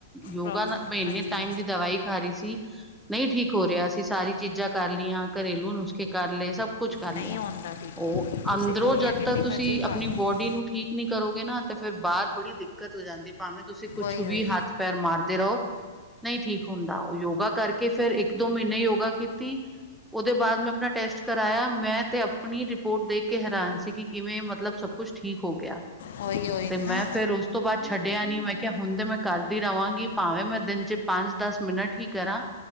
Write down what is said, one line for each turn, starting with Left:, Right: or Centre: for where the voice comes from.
Centre: ਯੋਗਾ
Left: ਪ੍ਰੋਬਲਮ
Centre: ਨਾਲ ਮੈਂ ਇੰਨੇ
Left: ਹਾਂਜੀ
Centre: ਟਾਈਮ ਦੀ ਦਵਾਈ ਖਾ ਰਈ ਸੀ, ਨਈਂ ਠੀਕ ਹੋ ਰਿਆ ਸੀ ਸਾਰੀ ਚੀਜ਼ਾਂ ਕਰ ਲਈਆਂ ਘਰੇਲੂ ਨੁਸਖੇ ਕਰ ਲਏ ਸਬ ਕੁਛ ਕਰ
Left: ਨਹੀਂ
Centre: ਲਿਆ,
Left: ਆਉਂਦਾ ਠੀਕ
Centre: ਓ
Left: ਤੁਸੀਂ
Centre: ਅੰਦਰੋਂ
Left: ਗੋਲੀਆਂ
Centre: ਜਦ
Left: ਕਿੰਨੀ
Centre: ਤੱਕ ਤੁਸੀਂ
Left: ਮਰਜ਼ੀ
Centre: ਆਪਣੀ
Left: ਖਾ ਲਓ
Centre: ਬੋਡੀ ਨੂੰ ਠੀਕ ਨੀ ਕਰੋਗੇ ਨਾ ਤੇ ਫੇਰ ਬਾਹਰ ਬੜੀ ਦਿੱਕਤ ਹੋ ਜਾਂਦੀ ਭਾਵੇਂ ਤੁਸੀਂ ਕੁਛ
Left: ਓਏ ਓਏ
Centre: ਵੀ ਹੱਥ ਪੈਰ ਮਾਰਦੇ ਰਓ, ਨਈਂ ਠੀਕ ਹੁੰਦਾ ਓ ਯੋਗਾ ਕਰਕੇ ਫੇਰ ਇੱਕ-ਦੋ ਮਹੀਨੇ ਯੋਗਾ ਕੀਤੀ ਓਦੇ ਬਾਅਦ ਮੈਂ ਆਪਣਾ ਟੈਸਟ ਕਰਾਇਆ ਮੈਂ ਤੇ ਆਪਣੀ ਰਿਪੋਰਟ ਦੇਖ ਕੇ ਹੈਰਾਨ ਸੀ ਕਿ ਕਿਵੇਂ ਮਤਲਬ ਕੁਸ਼ ਠੀਕ ਹੋ ਗਿਆ,
Left: ਓਏ ਓਏ
Centre: ਤੇ ਮੈਂ
Left: ਨਾ
Centre: ਫੇਰ ਓਸ ਤੋਂ ਬਾਅਦ ਛੱਡਿਆ ਨੀ ਮੈਂ ਕਿਆ ਹੁਣ ਤੇ ਮੈਂ ਕਰਦੀ ਰਵਾਂਗੀ ਭਾਵੇਂ ਮੈਂ ਦਿਨ ਚ ਪੰਜ-ਦਸ ਮਿੰਟ ਈ ਕਰਾਂ।